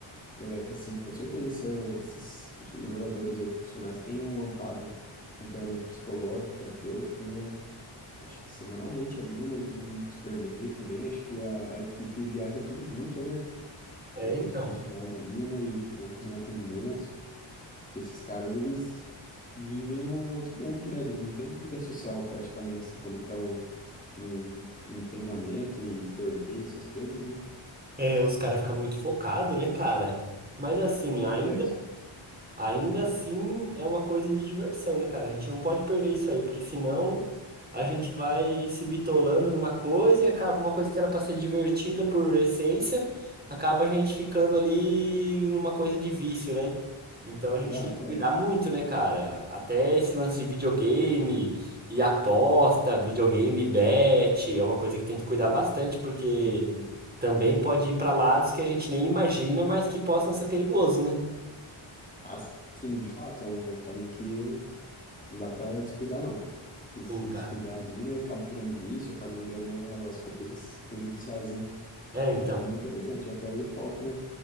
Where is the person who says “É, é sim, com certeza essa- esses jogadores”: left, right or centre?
Left